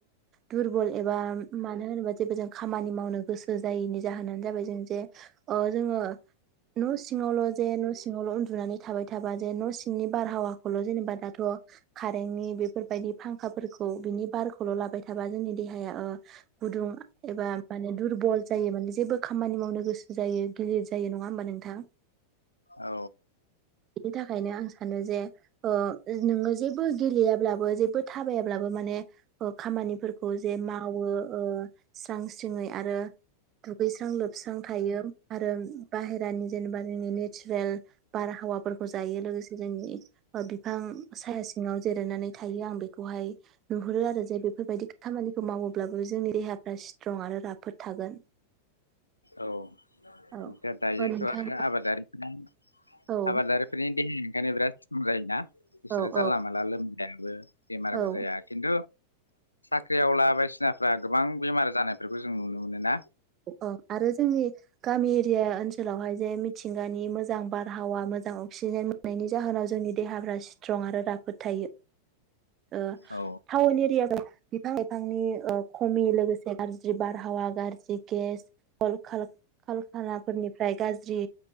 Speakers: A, on the right (about 30°); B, on the left (about 80°).
A: दुरबल एबा मानो होनोबा जेबो जों खामानि मावनो गोसो जायैनि जाहोनानो जाबाय जों जे जोङो न' सिङाल जे न' सि उन्दुनानै थाबाय थाबा जे न' सिंनि बारहावाखौल' जेनेबा दाथ' खारेनि बेफोरबायदि फांखाफोरखौ बिनि बारखौ खौल लाबाय थाबा जोंनि देहाया गुदुं एबा माने दुरबल जायो माने जेबो खामानि मावनो गोसो जायो गिलिर जायो नङा होमबा नोंथाङा?
B: औ
A: बिनि थाखायनो आं सानो जे ओ‌ नोङो जेबो गेलेयाब्ला जेबो थाबायाब्लाबो माने खामानिफोरखौ जे मावो। ओ स्रां यै आरो दुगैस्रां लोबस्रां थायो आरो बा दानि जेनेबानि नेचारेल बारहावाफोरखौ जायो लोगोसे जोंनि बिफां साया सिङाव जिरायनानै थायो आं बेखौहाय नुहुरो आरो‌ जे बेफोरबायदि खामानिखौ मावो। अब्लाबो जोंनि देहाफ्रा स्ट्रं आरो राफोद थागोन।
B: औ
A: औ
B: ओ दायोथ
A: औ नोंथां
B: आरो आबादारि <inaudible>
A: औ
B: आबादारि <unintelligible> बिराद बुंजायो ना‌ बिसोरो
A: औ
B: जानला
A: औ
B: मानला लोमजायाबो बेमारबो
A: औ
B: जाया खिन्थु‌ साख्रिआववला बायदिसिनाफ्रा गोबां बेमार जानायफोरखौ जों नुनो मोनो ना
A: औ आरो जोंनि गामि एरिया ओनसोलावहाय जे मिथिंगानि मोजां बारहावा मोजां अक्सिजेन मोननायनि जाहोनाव जोंनि देहाफ्रा स्ट्रं आरो राफोद थायो। ओ
B: औ
A: टाउन एरिया ब <unintelligible> बिफांनि खमि लोगोसे गारज्रि बारहावा गारजि गेस <unintelligible> फोरनिफ्राय गाज्रि